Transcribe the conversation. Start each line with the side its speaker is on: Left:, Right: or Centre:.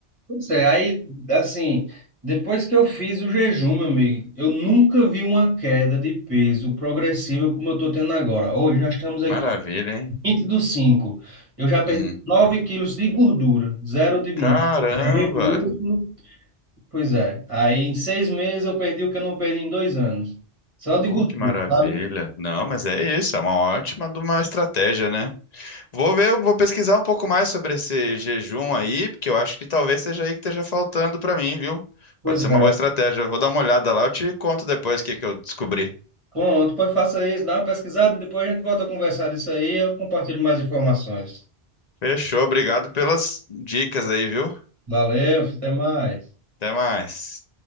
Right: Pois é, aí, assim, depois que eu fiz o jejum, meu amigo, eu nunca vi uma queda de peso progressiva como eu tô tendo agora. Hoje nós estamos aqui
Left: Maravilha, hein?
Right: 20 do cinco Eu já perdi
Left: Uhum.
Right: 9 quilos de gordura, zero de mão,
Left: Caramba!
Right: músculo. Pois é, aí em seis meses eu perdi o que eu não perdi em dois anos. Só de
Left: Uh,
Right: gordura,
Left: que maravilha!
Right: sabe?
Left: Não, mas é isso, é uma ótima de uma estratégia, né? Vou ver, eu vou pesquisar um pouco mais sobre esse jejum aí, porque eu acho que talvez seja aí que esteja faltando pra mim, viu?
Right: Pois
Left: Pode ser uma
Right: é.
Left: boa estratégia. Eu vou dar uma olhada lá, eu te conto depois o que que eu descobri.
Right: Pronto, pois faça isso, dá uma pesquisada, depois a gente volta a conversar disso aí, eu compartilho mais informações.
Left: Fechou, obrigado pelas dicas aí, viu?
Right: Valeu, até mais.
Left: Até mais.